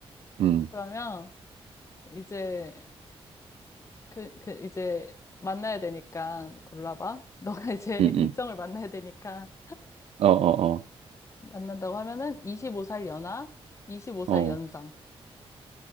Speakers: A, on the right (about 75°); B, on the left (about 30°).
A: 음,
B: 그러면 이제 그, 그 이제 만나야 되니까 골라봐. 너가 이제 <laughs>
A: 음,
B: 일정을
A: 음.
B: 만나야 되니까
A: 어, 어,
B: 만난다고 하면은 25살 연하, 25살
A: 어,
B: 연상.
A: 어.